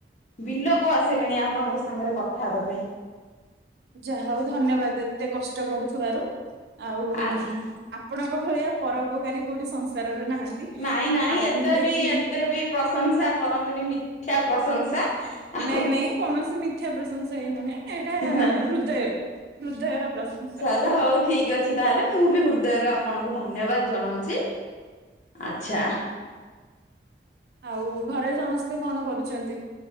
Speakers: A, on the left; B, on the right.
A: ବିଲକୁ ଆସିଲିଣି ଆପଣଙ୍କ ସାଙ୍ଗରେ କଥା ହେବା ପାଇଁ।
B: ଯାହା ହଉ ଧନ୍ୟବାଦ ଏତେ କଷ୍ଟ କରୁଥିବାରୁ ଆଉ
A: ଆଜ୍ଞା।
B: ଆପଣଙ୍କ ଭଳିଆ ପରପକାରୀ କୋଉଠି ସଂସାରରେ ନାହାନ୍ତି।
A: ନାଇଁ ନାଇଁ
B: ଆଉ
A: ଏତେ
B: ମୁଁ ଦେଖିଲି
A: ବି ଏତେ ବି ପ୍ରଶଂସା କରନ୍ତୁନି ମିଠା ପ୍ରଶଂସା। ଆଉ
B: ନାଇଁ ନାଇଁ କୌଣସି ମିଥ୍ୟା ପ୍ରଶଂସା ଏଇ ନୁହେଁ। ଏଇଟା ହୃଦୟରୁ
A: ନାହିଁ
B: ହୃଦୟର ପ୍ରଶଂସା।
A: ଆଛା ହଉ ଠିକ ଅଛି ତାହେଲେ ମୁଁ ବି ହୃଦୟରୁ ଆପଣଙ୍କୁ ଧନ୍ୟବାଦ ଜଣାଉଚି। ଆଚ୍ଛା।
B: ଆଉ ଘରେ ସମସ୍ତେ କଣ କରୁଛନ୍ତି?